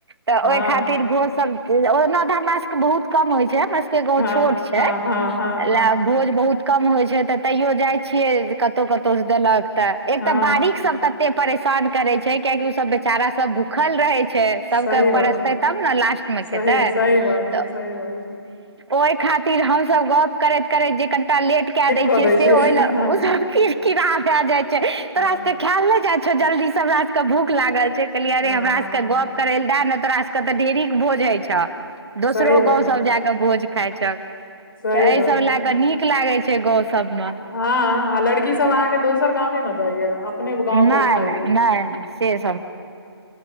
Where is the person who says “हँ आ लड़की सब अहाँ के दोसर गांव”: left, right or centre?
Left